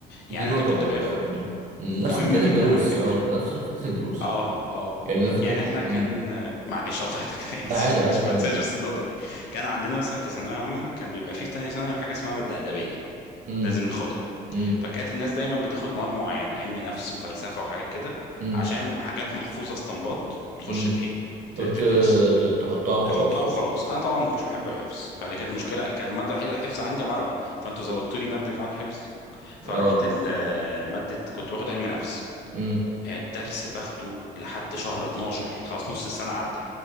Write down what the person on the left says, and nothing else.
يعني
انا كنت
باخد
مهمه
جدا
على فكره
اه اه
يعني احنا كان
معلش قطعتك انا
اسف
<laughs> عشان
ما انساش بس النقطه دي كان عندنا مثلا في ثانويه عامه كان بيبقى فيه في تانية ثانوي حاجه اسمها ماده ادبيه
لازم ناخدها
فكانت الناس دايما بتاخد مواد معينه علم نفس وفلسفه وحاجات كده
عشان حاجات محفوظه استنباط وتخش
ت- ايه ت-
تدرسها
تحطها وخلاص انا طبعا ما كنتش بحب الحفظ فدي كانت مشكله كانت الماده الوحيده الحفظ عندي عربي فانتوا
زودتوا لي ماده كمان حفظ فرحت
ال- ماده كنت باخد علم نفس
الدرس باخده لحد شهر 12 يعني خلاص نص السنه عدى